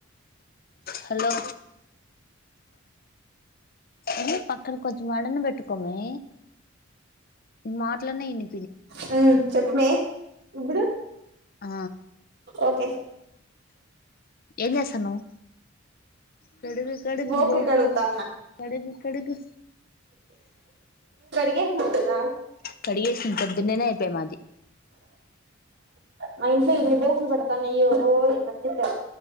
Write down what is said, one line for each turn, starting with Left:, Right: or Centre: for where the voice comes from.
Left: హలో ఏ పక్కన కొంచం మడన్న పెట్టుకోమే మాట్లన్న ఇని
Right: హ చెపుమే ఇప్పుడు
Left: ఆ
Right: ఓకే
Left: ఎం చేస్తున్నావు కడుగు కడుగు
Right: బోకులు
Left: బోక్లికి
Right: కడుగుతాన్న
Left: కడుగు కడుగు
Right: ఏదా
Left: కడిగేసిన్ పొద్దున్నేనే అయ్పా మాది.
Right: మ ఇంట్లో ఎన్ని బోకుల్ బడతాన్నయ్యో ఓ ఈ మద్య జా.